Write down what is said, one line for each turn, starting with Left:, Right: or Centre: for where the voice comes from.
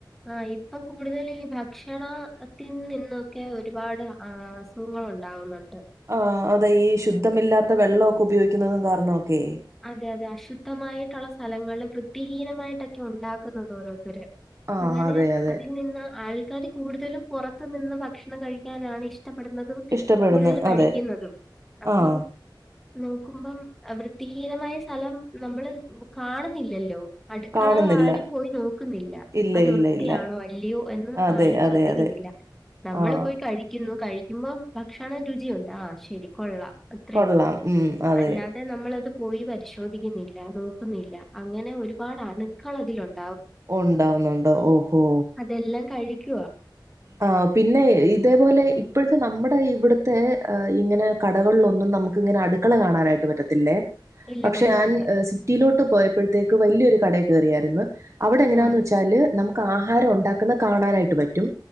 Centre: ആഹ് ഇപ്പം കൂടുതല് ഈ ഭക്ഷണം ത്തിൽ നിന്നൊക്കെ ഒരുപാട് ആ സു സുഖങ്ങളൊണ്ടാവുന്നുണ്ട്
Right: ആഹ് അതെ ഈ ശുദ്ധമില്ലാത്ത വെള്ളവൊക്കെ ഉപയോഗിക്കുന്നതും കാരണം വൊക്കേയ്
Centre: അതെ അതെ അശുദ്ധമായിട്ടുള്ള സ്ഥലങ്ങൾള് വൃത്തിഹീനമായിട്ടൊക്കെ ഉണ്ടാക്കുന്നുന്നത് ഓരോരുത്തര്
Right: ആഹ്
Centre: അങ്ങനെ
Right: അതെ അതെ
Centre: അതിൽ നിന്ന് ആൾക്കാര് കൂടുതലും പൊറത്തു നിന്ന് ഭക്ഷണം കഴിക്കാനാണ് ഇഷ്ടപ്പെടുന്നതും
Right: ഇഷ്ടപ്പെടുന്ന
Centre: കൂടുതല് കഴിക്കുന്നതും
Right: അതെ
Centre: അപ്പം
Right: ആഹ്
Centre: നോക്കുമ്പം വൃത്തിഹീനമായ സ്ഥലം നമ്മള് കാണുന്നില്ലല്ലോ അടുക്കള
Right: കാണുന്നില്ല
Centre: ആരും പോയി നോക്ക്‌ന്നില്ല
Right: ഇല്ല
Centre: അത്
Right: ഇല്ല
Centre: വൃത്തിയാണോ
Right: ഇല്ല
Centre: അല്ലയോ എന്ന്
Right: അതെ
Centre: ആരും
Right: അതെ
Centre: ശ്രദ്ധിക്കുന്നില്ല
Right: അതെ
Centre: നമ്മള്
Right: ആഹ്
Centre: പോയി കഴിക്കുന്നു കഴിക്കുമ്പം ഭക്ഷണം രുചിയുണ്ട് ആഹ് ശരി കൊള്ളാം അത്രേ
Right: കൊള്ളാം
Centre: ഉള്ളൂ
Right: ഉം അതെ
Centre: അല്ലാതെ നമ്മളത് പോയി പരിശോധിക്കുന്നില്ല നോക്കുന്നില്ല അങ്ങനെ ഒരുപാട് അണുക്കൾ അതിലുണ്ട്
Right: ഉണ്ടാവുന്നുണ്ട് ഓ ഹോ
Centre: ഇതെല്ലാം കഴിക്കുവാ
Right: ആഹ് പിന്നെ ഇതേപോലെ ഇപ്പോഴത്തെ നമ്മുടെ ഇവിടുത്തെ ഇങ്ങനെ കടകളിലൊന്നും നമ് ക്ക്ങ്ങനെ അടുക്കള കാണാനായിട്ട് പറ്റത്തില്ലേ
Centre: ഇല്ല
Right: പക്ഷെ
Centre: പറ്റത്തില്ല
Right: ഞാൻ സിറ്റിയിലോട്ട് പോയപ്പഴത്തേക്ക് വല്യൊരു കടേ കേറിയാര്ന്ന് അവിടെ എങ്ങനാന്ന്
Centre: ആ
Right: വെച്ചാല് നമുക്ക് ആഹാരം ഉണ്ടാക്കുന്നത് കാണാനായിട്ട് പറ്റും